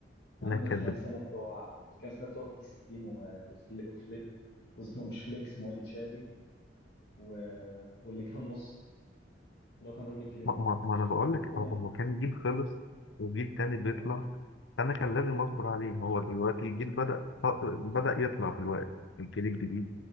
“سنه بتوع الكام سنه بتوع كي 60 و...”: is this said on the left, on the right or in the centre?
Left